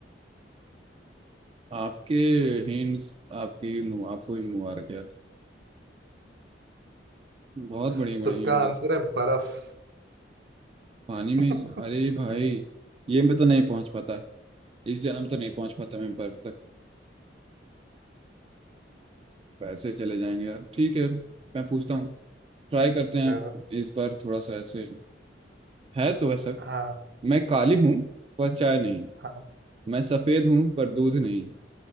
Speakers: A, on the right; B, on the right.
A: आपके हिंट आपकी मु- आपको ही मुबारक यार बहुत
B: <laughs>
A: बड़ी बड़ी
B: उसका
A: हिंट
B: आंसर है बर्फ
A: पानी में
B: <laughs>
A: ही- अरे भाई ये मैं तो नहीं पहुंच पाता इस जन्म तो नहीं पहुंच पाता मैं बर्फ तक पैसे चले जाएंगे यार ठीक है मैं पूछता हूँ ट्राई करते
B: चलो
A: हैं इस बार थोड़ा सा ऐसे है तो वैसा
B: हाँ
A: मैं काली हूँ पर चाय नहीं
B: हाँ
A: मैं सफेद हूँ पर दूध नहीं